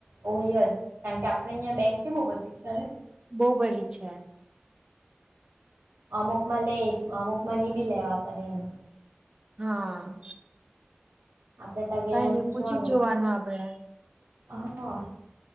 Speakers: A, on the right; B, on the right.
A: હોય જ કારણ કે આપડે અહંયા બેંક બહુ બધીશું ને
B: બહ બરી છે
A: અમુકમાં લે અમુક બી લેવા કરે એમ
B: હા
A: આપડે તગ
B: કઈ
A: એને
B: નઈ
A: પૂછવાનું
B: પૂછી જ જોવાનું આપડે
A: હા